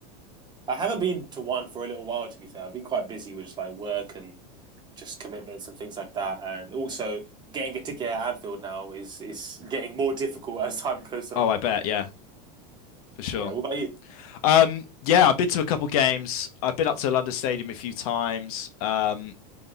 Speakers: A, on the right; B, on the left.
A: I haven't been to one for a little while, to be fair. I've been quite busy with just like work and just commitments and things like that. And also getting a ticket at Anfield now is is getting more <laughs> difficult as time goes on.
B: Oh, I bet, yeah. for sure.
A: Yeah. What about you?
B: Um, yeah, I've been to a couple games. I've been up to London Stadium a few times. Um,